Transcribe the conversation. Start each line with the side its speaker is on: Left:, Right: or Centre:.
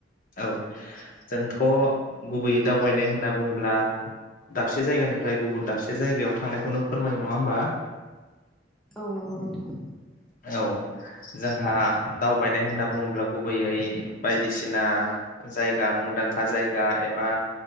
Left: औ जोंथ गुबैयै दावबायनाय होनना बुङोब्ला दाबसे जायगानिफ्राय गुबुन दाबसे जायगायाव थांनायखौनो फोरमायो नङा ओमबा?
Centre: औ नंगौ नोंथां।
Left: औ जोंहा दावबायनाय होनना बुङोब्ला गुबैयै बायदिसिना जायगा मुंदांखा जायगा एबा